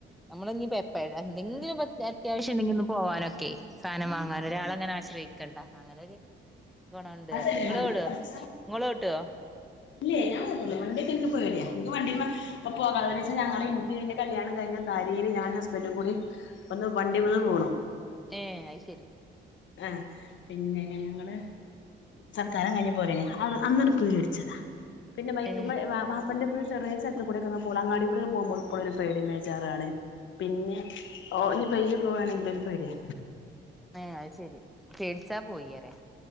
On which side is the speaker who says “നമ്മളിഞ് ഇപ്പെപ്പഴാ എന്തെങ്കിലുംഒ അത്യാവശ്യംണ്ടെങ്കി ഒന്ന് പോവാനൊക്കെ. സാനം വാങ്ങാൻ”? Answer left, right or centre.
Centre